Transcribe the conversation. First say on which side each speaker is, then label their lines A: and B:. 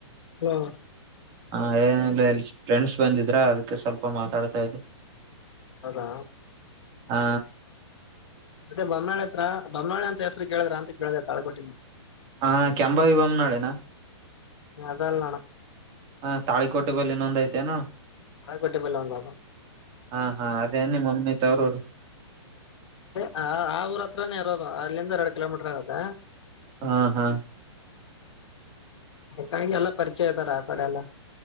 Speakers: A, on the left; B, on the right.
A: ಹಲೋ
B: ಹಾ ಏನಿಲ್ಲ ಇ ಫ್ರೆಂಡ್ಸ್ ಬಂದಿದ್ರ ಅದಕ್ಕೆ ಸ್ವಲ್ಪ ಮಾತಾಡ್ತಾ ಇದ್ದೆ
A: ಹೌದಾ
B: ಹ
A: ಮತ್ತೆ ಬಮನಾಾಳಿ ಹತ್ರ ಬಮನಾಾಳಿ ಅಂತ ಹೆಸರು ಕೇಳಿದ್ರ ಅಂತ ಕೇಳಿದ್ದೆ ತಾಳ್ಕ ಕೊಟ್ಟಿನನಿ
B: ಹಾ ಕೆಂಬ ವಿವಮ್ ನಾಳೆನಾ
A: ಅದಲ್ಲಣ
B: ಹ ತಾಳಿಕೋಟೆ ಬಳ ಇನ್ನೊಂದ್ ಐತೆೇನ
A: ತಾಳಿಕೋಟಿ ಬಲ್ಲಿ ಒಂದು ಅದು
B: ಹಾ ಹಾ ಅದೇ ಅನ ಮಮ್ಮಮ್ಮಿ ತರರ
A: ಅತ್ತೇ ಆ ಊರ ಹತ್ರಾನೇ ಇರೋದು ಅರ್ಲ್ಲಿಂದ ಎರಡು ಕಿಲೋಮೀಟರ್ ಆಗದ
B: ಹಾ ಹಾ
A: ಕಿ ಎಲ್ಲಾ ಪರಿಚಯ ಆಐತಾರ ಆ ಕಡೆ ಎಲ್ಲ